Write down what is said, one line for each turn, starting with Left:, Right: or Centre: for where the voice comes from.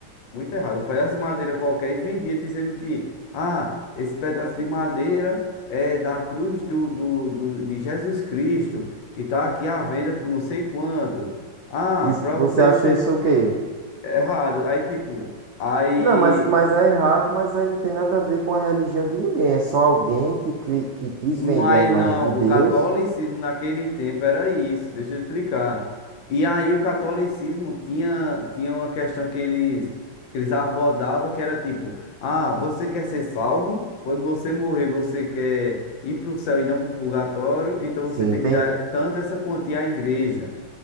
Left: muito errado, um pedaço de madeira qualquer e vendia dizendo que, ah, esse pedaço de madeira é da cruz do, do, do- de Jesus Cristo e tá aqui à venda por não sei quanto. Ah,
Right: Isso,
Left: pra
Right: você
Left: você
Right: acha
Left: ser
Right: isso o quê?
Left: errado. Aí tipo, aí.
Right: Não, mas, mas é errado, mas aí não tem nada a ver com a religião de ninguém. É só alguém que, cri- que quis
Left: Mas
Right: vender a imagem
Left: não,
Right: de Deus.
Left: o catolicismo naquele tempo era isso, deixa eu explicar. E aí o catolicismo tinha, tinha uma questão que eles, que eles abordavam que era tipo, ah, você quer ser salvo? Quando você morrer, você quer ir para o céu e não para o purgatório, então
Right: Sim,
Left: você tem
Right: tem.
Left: que dar tanto essa quantia à igreja,